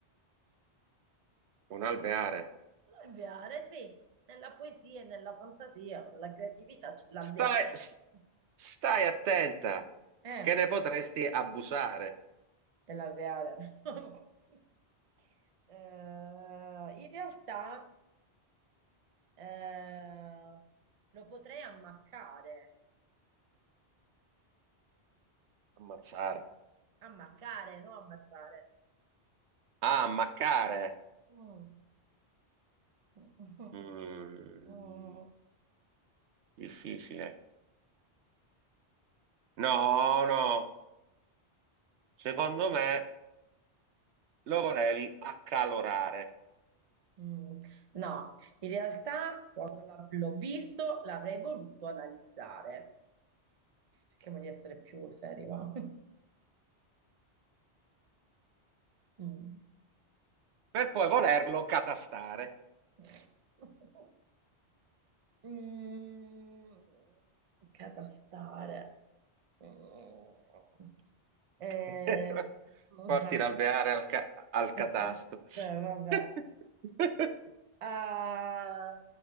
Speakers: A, on the right (about 85°); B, on the right (about 40°).
A: Un alveare.
B: L'alveare, sì, nella poesia e nella fantasia, nella creatività c'è l'alveare.
A: Stai, s-
B: <laughs>
A: stai attenta,
B: Eh,
A: che ne potresti abusare.
B: c'è l'alveare. <laughs> Eh, in realtà eh, lo potrei ammaccare,
A: Ammazzare.
B: ammaccare, non ammazzare.
A: Ah, ammaccare.
B: Mm. <laughs>
A: Mm,
B: Mm.
A: difficile. No, no. Secondo me lo volevi accalorare,
B: Mm. No, in realtà quando l'ha- l'ho visto l'avrei voluto analizzare. Cerchiamo di essere più seri, va? <laughs> Mm.
A: per poi volerlo catastare.
B: <laughs> Mm, catastare. Mm. Eh,
A: <laughs> Porti
B: as-
A: l'alveare al, ca- al
B: cioè,
A: catasto.
B: cioè, vabbè.
A: <laughs>
B: Ah,